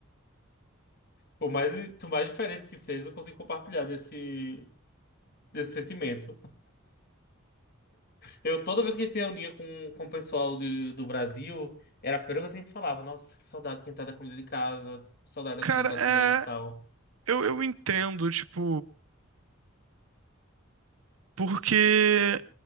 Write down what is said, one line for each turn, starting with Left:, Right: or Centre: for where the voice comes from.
Left: Por mais, por mais diferente que seja, eu não consigo compartilhar desse, desse sentimento. Eu, toda vez que a gente reunia com, com o pessoal de, do Brasil, era a primeira coisa que a gente falava. Nossa, que saudade que a gente tá da comida de casa, que saudade
Right: Cara,
Left: da comida brasileira
Right: é.
Left: e tal.
Right: Eu, eu entendo, tipo. Porque.